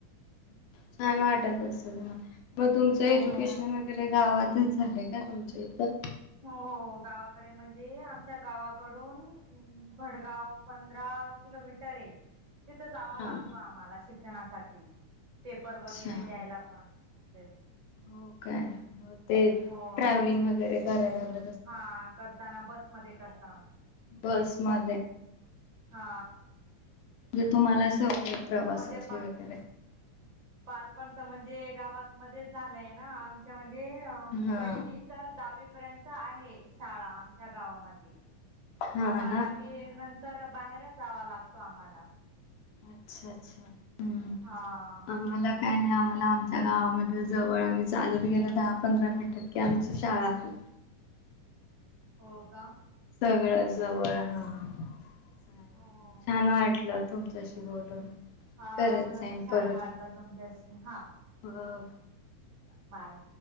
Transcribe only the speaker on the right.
हो
हो हो गावाकडे म्हणजे आमच्या गावाकडून भडगाव पंधरा किलोमीटर आहे तिथं जावा
लागतो आम्हाला शिक्षणासाठी पेपर
वगैरे द्यायला पण तिकडेच
हो
हा करताना बसमध्ये करता
हा
म्हणजे बा
बालपण तर म्हणजे गावामध्येध्येच झालंय ना म्हणजे
पहिली तर दहावी पर्यंत आहे शाळा आमच्या गावामध्ये
मग बारावी
नंतर बाहेरच जावा लागतो आम्हाला.
हा
हो का
हो
चांग
हा
मला
पण छान
वाटलं
तुमच्याशी हा
बाय.